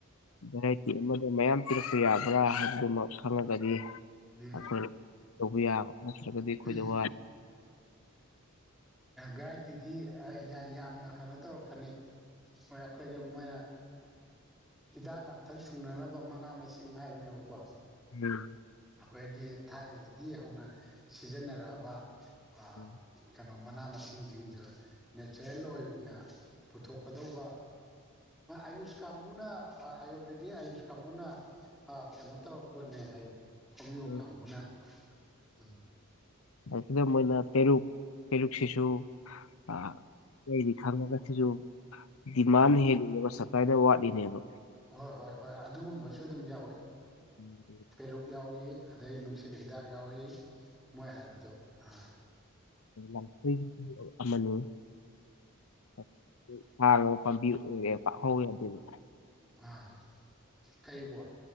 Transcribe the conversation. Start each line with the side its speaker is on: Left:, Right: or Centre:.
Left: ꯚꯦꯔꯥꯏꯇꯤ ꯑꯃꯗꯥ ꯃꯌꯥꯝ ꯄꯤꯔꯛꯄ ꯌꯥꯕ꯭ꯔꯥ ꯍꯥꯏꯕꯗꯨꯃꯛ ꯈꯪꯉꯒꯗꯤ
Centre: ꯎꯝ
Left: ꯑꯩꯈꯣꯏ ꯇꯧꯕ ꯌꯥꯕ ꯅꯠꯇ꯭ꯔꯒꯗꯤ ꯑꯩꯈꯣꯏꯗ
Centre: ꯎꯝ
Left: ꯋꯥ
Centre: ꯚꯦꯔꯥꯏꯇꯤꯗꯤ ꯌꯥꯝꯅ ꯀꯩꯅꯣ ꯇꯧꯔꯛꯀꯅꯤ꯫ ꯍꯣꯏ ꯑꯩꯈꯣꯏꯒꯤ ꯃꯣꯏꯅ ꯍꯤꯗꯥꯛ ꯂꯥꯡꯊꯛ ꯁꯨꯡꯅꯅꯕ ꯃꯅꯥ ꯃꯁꯤꯡ ꯍꯥꯏꯕꯅꯦꯕꯀꯣ
Left: ꯎꯝ꯫
Centre: ꯑꯩꯈꯣꯏꯒꯤ ꯊꯥꯏꯅꯗꯒꯤ ꯍꯧꯅ ꯁꯤꯖꯤꯟꯅꯔꯛꯑꯕ ꯑꯥ
Left: ꯎꯝ
Centre: ꯀꯩꯅꯣ ꯃꯅꯥ ꯃꯁꯤꯡꯁꯤꯡꯗꯨ ꯅꯦꯆꯔꯦꯜ ꯑꯣꯏꯅ ꯄꯨꯊꯣꯛꯀꯗꯧꯕ ꯑꯌꯨꯁ ꯀꯥꯡꯕꯨꯅ ꯑꯥꯌꯚꯦꯗꯤꯛ ꯑꯌꯨꯁ ꯀꯥꯡꯕꯨꯅ ꯀꯩꯅꯣ ꯇꯧꯔꯛꯄꯅꯦ ꯍꯥꯏ ꯀꫭꯃꯤꯌꯦ
Left: ꯎꯝ
Centre: ꯀꯥꯡꯕꯨꯅ ꯎꯝ
Left: ꯂꯥꯏꯔꯤꯛꯁꯤꯗ ꯃꫭꯏꯅ ꯄꯦꯔꯨꯛ ꯄꯦꯔꯨꯛꯁꯤꯁꯨ ꯑꯥ ꯑꯇꯩꯗꯤ ꯈꯪꯉꯒ ꯁꯤꯁꯨ ꯗꯤꯃꯥꯟ
Centre: ꯎꯝ
Left: ꯍꯦꯜꯂꯤꯅꯦꯕ ꯁꯞꯄ꯭ꯂꯥꯏꯗ ꯋꯥꯠꯂꯤꯅꯦꯕ
Centre: ꯍꯣꯏ ꯍꯣꯏ ꯍꯣꯏ ꯑꯗꯨꯒꯨꯝꯕꯁꯨ ꯑꯗꯨꯝ ꯌꯥꯎꯋꯤ
Left: ꯎꯝ꯫
Centre: ꯄꯦꯔꯨꯛ ꯌꯥꯎꯏ ꯑꯗꯩ ꯅꯨꯡꯁꯤꯠ ꯍꯤꯗꯥꯛ ꯌꯥꯎꯏ ꯃꯣꯏ ꯍꯥꯏꯕꯗꯣ ꯑꯥ
Left: ꯂꯥꯟꯊ꯭ꯔꯥꯏꯁꯨ ꯑꯃꯅꯤ <unintelligible> ꯄꯥꯝꯕꯤ ꯑꯣꯏꯔꯦꯕ ꯍꯧꯏ ꯌꯥꯗꯦꯕ
Centre: ꯑꯥ ꯀꯔꯤꯕꯣ